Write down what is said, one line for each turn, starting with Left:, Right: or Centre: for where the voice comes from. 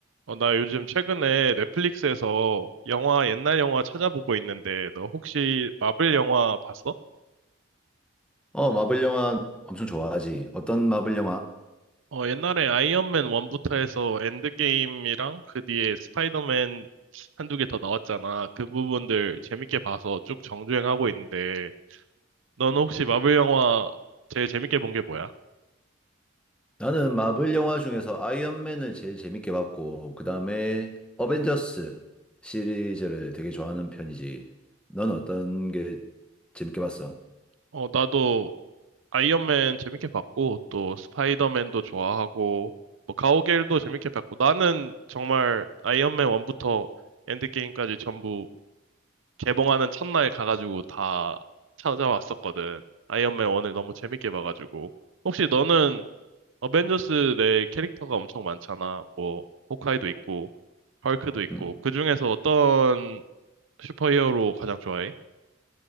Right: 어, 나 요즘 최근에 넷플릭스에서 영화, 옛날 영화 찾아보고 있는데, 너 혹시 마블 영화 봤어?
Centre: 어, 마블 영화 엄청 좋아하지. 어떤 마블 영화?
Right: 어, 옛날에 아이언맨 1부터 해서 엔드게임이랑 그 뒤에 스파이더맨 한두 개 더 나왔잖아. 그 부분들 재밌게 봐서 쭉 정주행하고 있는데, 너는 혹시 마블 영화 제일 재밌게 본 게 뭐야?
Centre: 나는 마블 영화 중에서 아이언맨을 제일 재밌게 봤고, 그 다음에 어벤져스 시리즈를 되게 좋아하는 편이지. 넌 어떤 게 재밌게 봤어?
Right: 어, 나도 아이언맨 재밌게 봤고, 또 스파이더맨도 좋아하고, 뭐 가오갤도 재밌게 봤고, 나는 정말 아이언맨 1부터 엔드게임까지 전부 개봉하는 첫날 가가지고 다 찾아왔었거든. 아이언맨 1을 너무 재밌게 봐가지고. 혹시 너는 어벤져스 내 캐릭터가 엄청 많잖아. 뭐, 호크아이도 있고, 헐크도 있고,
Centre: 음.
Right: 그 중에서 어떤 슈퍼히어로 가장 좋아해?